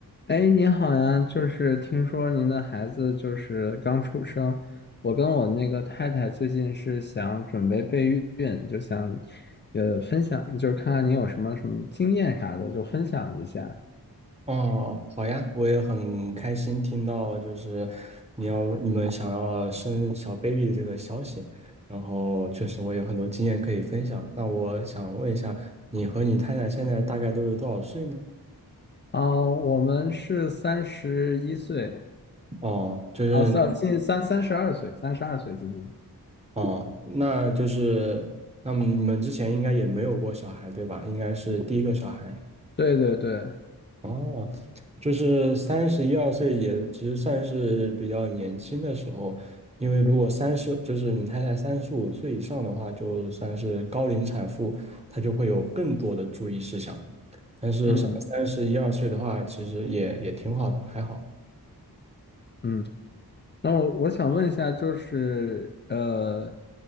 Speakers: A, on the left; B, on the right.
A: 哎，您好呀，就是听说您的孩子就是刚出生，我跟我那个太太最近是想准备备孕，就想呃分享，就是看看您有什么什么经验啥的，就分享一下。
B: 哦，好呀，我也很开心听到就是你要你们想要生小 baby 这个消息，然后确实我有很多经验可以分享。那我想问一下，你和你太太现在大概都是多少岁呢？
A: 哦，我们是三十一岁，
B: 哦，就是
A: 啊，三近三三十二岁，三十二岁今年。
B: 哦，那就是那你们之前应该也没有过小孩，对吧？应该是第一个小孩。
A: 对对对，
B: 哦，就是三十一二岁也其实算是比较年轻的时候，因为如果三十，就是你太太三十五岁以上的话，就算是高龄产妇，她就会有更多的注意事项。但是像三十一二岁的话，
A: 嗯
B: 其实也也挺好的，还好。
A: 嗯。那我我想问一下，就是呃